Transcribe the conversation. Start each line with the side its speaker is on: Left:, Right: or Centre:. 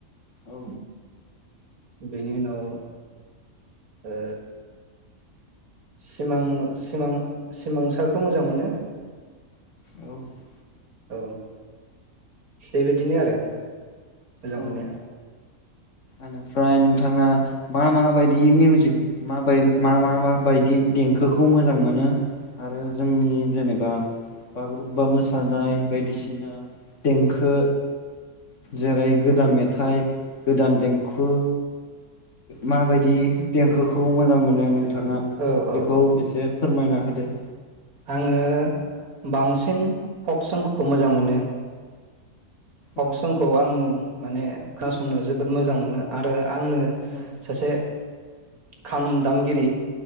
Left: औ
Right: <unintelligible> <inaudible> बेनि उनाव ओ सिमां सिमां। सिमां सारखौ मोजां मोनो
Left: औ
Right: औ। बेबायदिनो आरो। मोजां
Left: औ
Right: मोननाया
Left: आनोफ्राय थांङा मा मा बायदि मिउजिक मा बाय मा मा बायदि देंखोखौ मोजां मोनो आरो जोंनि जेनेबा बागुरुम्बा मोसानाय बायदिसिना देंखो जेरै गोदान मेथाइ गोदान दें खो मा बायदि देंखोखो खौ मोजां मोनो। थाङा
Right: औ औ
Left: बेखौ
Right: औ
Left: एसे फोरमायना होदो
Right: आङो बांसिन फक संखौ मोजां मोनो। फक
Left: औ
Right: संखौ आं माने खोनासंनो जोबोद मोजां मोनो आरो आंनो
Left: औ
Right: सासे खाम दामगिरि।